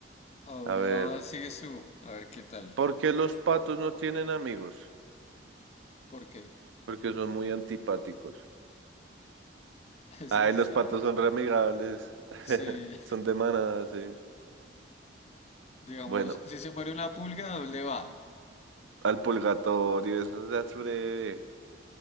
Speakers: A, on the left; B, on the right.
A: Ahora
B: A ver,
A: sigues tú. A ver qué tal.
B: ¿por qué los patos no tienen amigos?
A: Porque
B: Porque son muy antipáticos.
A: <laughs> ese
B: Ay,
A: está.
B: los patos son re amigables. <laughs>
A: Sí.
B: Son de manada, sí.
A: <laughs> Digamos,
B: Bueno,
A: si se muere una pulga, ¿a dónde va?
B: al purgatorio, esas las breve.